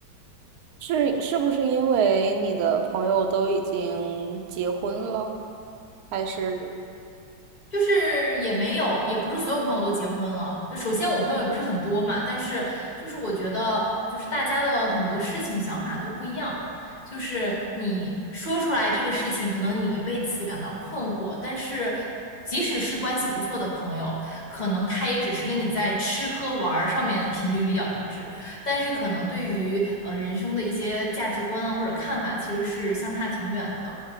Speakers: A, on the right; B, on the left.
A: 是是不是因为你的朋友都已经结婚了，还是？
B: 就是也没有，也不是所有朋友都结婚了。就首先我朋友也不是很多嘛，但是就是我觉得，就是大家的很多事情想法都不一样。就是你说出来这个事情，可能你为此感到困惑，但是即使是关系不错的朋友，可能他也只是跟你在吃喝玩儿上面频率比较一致，但是可能对于呃人生的一些价值观啊或者看法，其实是相差挺远的。